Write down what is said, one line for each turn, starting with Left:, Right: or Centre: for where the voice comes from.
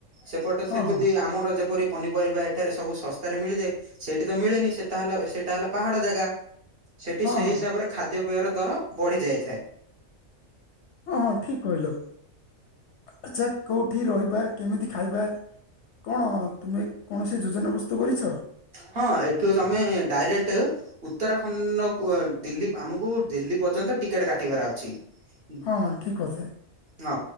Right: ସେପଟ
Left: ହଁ
Right: ସେପିତି
Left: ହଁ
Right: ଆମର ଯେପରି ପନିପରିବା ଏଠାରେ ସବୁ ଶସ୍ତାରେ ମିଳିଯାଏ, ସେଇଠି ତ ମିଳେନି ସେତା ହେଲା ସେଟା ହେଲା ପାହାଡ ଜାଗା, ସେଠି
Left: ହଁ
Right: ସେଇ
Left: ହଁ
Right: ହିସାବରେ ଖାଦ୍ୟପେୟର ଦର ବଢ଼ି ଯାଇଥାଏ।
Left: ହଁ ହଁ ଠିକ କହିଲ। ଆଚ୍ଛା କୋଉଠି ରହିବା କେମିତି ଖାଇବା କଣ ତୁମେ କୌଣସି ଯୋଜନା ପ୍ରସ୍ତୁତ କରିଛ?
Right: ହଁ ଏଠୁ ତମେ ଡାଇରେକ୍ଟ ଉତ୍ତରାଖଣ୍ଡ କୁ ଦିଲ୍ଲୀ ଆମକୁ ଦିଲ୍ଲୀ ପର୍ଯ୍ୟନ୍ତ ଟିକେଟ କାଟିବାର ଅଛି। <unintelligible>
Left: ହଁ ହଁ ଠିକ କଥା
Right: ହଁ